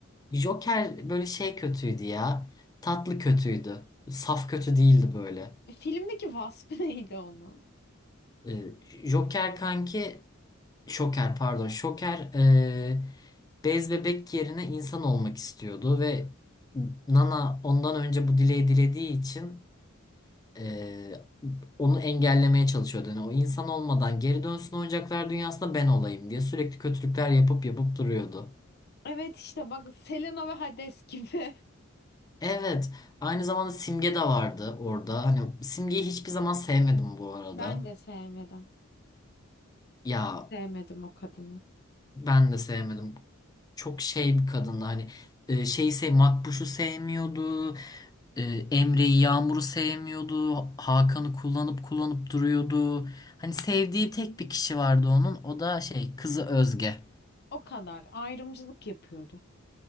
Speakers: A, on the left (about 20°); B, on the left (about 50°).
A: Joker böyle şey kötüydü ya. Tatlı kötüydü. Saf kötü değildi böyle.
B: E, filmdeki vasfı <laughs> neydi onun?
A: E, Joker kanki Şoker pardon. Şoker eee, bez bebek yerine insan olmak istiyordu ve Nana ondan önce bu dileği dilediği için eee, onu engellemeye çalışıyordu. Yani o insan olmadan geri dönsün oyuncaklar dünyasında ben olayım diye sürekli kötülükler yapıp yapıp duruyordu.
B: Evet işte bak Selena ve Hades gibi.
A: Evet, aynı zamanda Simge de vardı orada. Hani Simge'yi hiçbir zaman sevmedim bu
B: <laughs>
A: arada.
B: Ben de sevmedim.
A: Ya
B: Sevmedim o kadını.
A: Ben de sevmedim. Çok şey bir kadındı hani e, şeyi sev Makbuş'u sevmiyordu. e, Emre'yi Yağmur'u sevmiyordu. Hakan'ı kullanıp kullanıp duruyordu. Hani sevdiği tek bir kişi vardı onun. O da şey kızı Özge.
B: O kadar ayrımcılık yapıyordu.